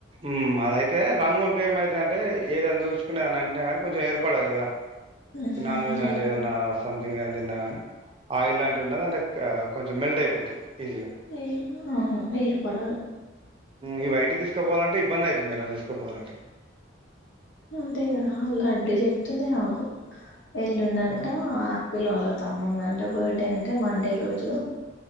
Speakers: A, on the right; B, on the left.
A: ఉ అదైతే అయితే రంగు ఉంటే ఏమైత అంటే ఏదైనా దూచుకునే అని అంటున్నా కానీ కొంచెం ఏర్పడ కదా
B: ఉమ్,
A: న్నాను ఇలాంటి
B: ఏ-
A: ఏదన్నా సథింగ్ తిన్నా కాని ఆయిల్ లాంటివి ఉన్న అంటే కొంచెం మెల్ట్ అయిపోతాయి ఈజీగా
B: ఏ అవును ఏర్పడల్
A: ఈ బయటి తీసుకుపోవాలంటే ఇబ్బంది అవుతుందిని తీసుకుపోవాలంటే
B: అంతే కదా అలా లడ్డు చెప్తుంది నాకు ఎల్లుండంట
A: ఏమ
B: పిల్ల వాళ్ళ తమ్మున్దంట బర్త్డే అంటే మండే రోజు